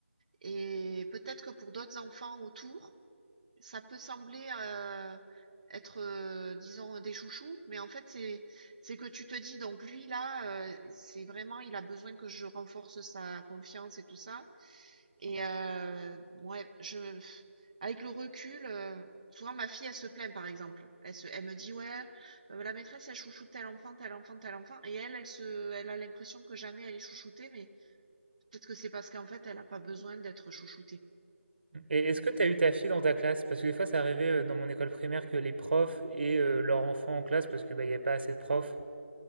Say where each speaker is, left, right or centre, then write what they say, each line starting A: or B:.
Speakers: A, on the right; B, on the right.
A: Et peut-être que pour d'autres enfants autour, ça peut sembler euh, être, euh, disons, des chouchous, mais en fait, c'est c'est que tu te dis, donc lui, là, euh, c'est vraiment, il a besoin que je renforce sa confiance et tout ça. Et euh, ouais, je, avec le recul, euh, souvent ma fille, elle se plaint par exemple. Elle se, elle me dit ouais, euh, la maîtresse, elle chouchoute tel enfant, tel enfant, tel enfant, et elle, elle se, elle a l'impression que jamais elle est chouchoutée, mais peut-être que c'est parce qu'en fait, elle n'a pas besoin d'être chouchoutée.
B: Et est-ce que tu as eu ta fille dans ta classe? Parce que des fois, ça arrivait euh, dans mon école primaire que les profs et euh, leurs enfants en classe, parce que bah, il n'y a pas assez de profs.